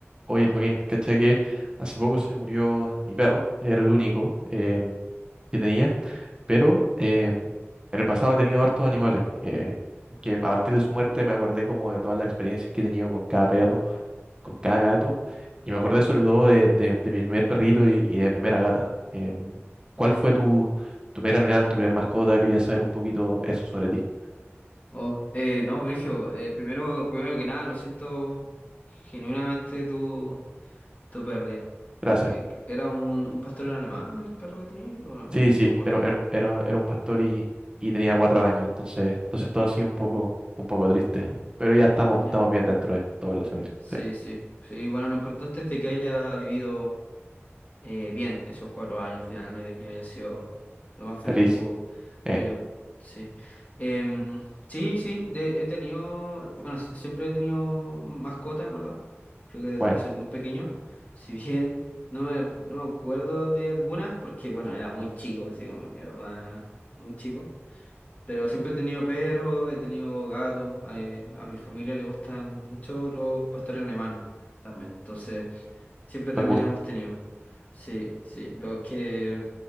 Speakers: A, on the right; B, on the left.
A: Oye, Joaquín, caché que hace poco se murió mi perro, era el único em, que tenía, pero em, en el pasado he tenido hartos animales, eh, que a partir de su muerte me acordé como de todas las experiencias que he tenido con cada perro, con cada gato, y me acordé sobre todo de, de- de mi primer perrito y, y de mi primera gata. Em, ¿cuál fue tu, tu primera mirada, tu primera mascota? Quería saber un poquito eso sobre ti.
B: Oh, eh, no, Brigio, eh, primero, primero que nada, lo siento genuinamente tu, tu pérdida.
A: Gracias.
B: Eh, eh, ¿era un, un pastor alemán el perro que tenía o no? No
A: Sí, sí,
B: me acuerdo
A: era,
B: bien.
A: era, un, era, era un pastor y, y tenía
B: No,
A: cuatro
B: ya.
A: años, entonces, entonces todo ha sido un poco, un poco triste. Pero ya estamos,
B: Ya.
A: estamos bien dentro de toda la familia.
B: Sí,
A: Sí.
B: sí. Sí, bueno, lo importante es de que haya vivido. eh, bien esos cuatro años al final y de que haya sido lo más feliz
A: Feliz.
B: que pudo,
A: Eh,
B: creo yo. Sí. Em, sí, sí, de- he tenido, bueno, si- siempre he tenido mascota, en verdad. Creo que desde
A: buena.
B: que soy muy pequeño. <laughs> Si bien no me, no me acuerdo de algunas, porque bueno, era muy chico, así como que ah, muy chico. Pero siempre he tenido perros, he tenido gatos. eh, a mi familia le gustan mucho los pastores alemanes también. Entonces. Siempre también
A: Buen gusto.
B: hemos tenido. Sí, sí. Lo que.